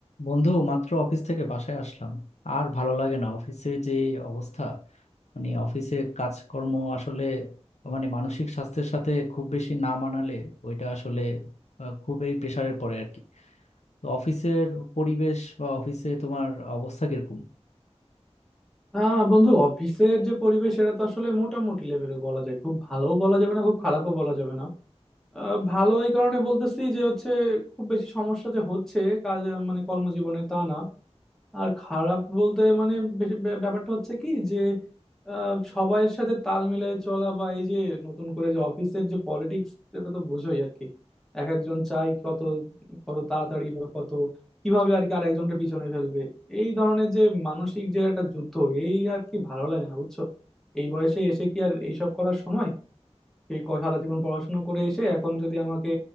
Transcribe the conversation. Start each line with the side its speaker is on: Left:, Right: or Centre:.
Left: বন্ধু মাত্র অফিস থেকে বাসায় আসলাম আর ভালো লাগে না অফিসে যে অবস্থা মানে অফিসে কাজকর্ম আসলে মানে মানসিক স্বাস্থ্যের সাথে খুব বেশি না মানালে ওইটা আসলে আহ, খুবই প্রেসারের পড়ে আর কি তো অফিসের পরিবেশ বা অফিসে তোমার অবস্থা কিরকম
Centre: আহ বন্ধু অফিসের যে পরিবেশ সেটা তো আসলে মোটামুটি লেভেলের বলা যায় খুব ভালোও বলা যাবে না খুব খারাপও বলা যাবে না আহ, ভালো এই কারণে বলতেছি যে হচ্ছে খুব বেশি সমস্যা যে হচ্ছে কাজ মানে কর্মজীবনে তা না আর খারাপ বলতে মানে বেশ- ব্যা- ব্যাপারটা হচ্ছে কি যে আহ, সবাইয়ের সাথে তাল মিলিয়ে চলা বা এই যে নতুন করে যে অফিসের যে পলিটিক্স সেটা তো বোঝোই আর কি এক একজন চাই কত কত তাড়াতাড়ি বা কত কিভাবে আর কি আর একজনটা পিছনে ফেলবে এই ধরনের যে মানসিক যে একটা যুদ্ধ এই আর কি ভালো লাগে না বুঝছো এই বয়সে এসে কি আর এইসব করার সময় এই ক- সারা জীবন পড়াশোনা করে এসে এখন যদি আমাকে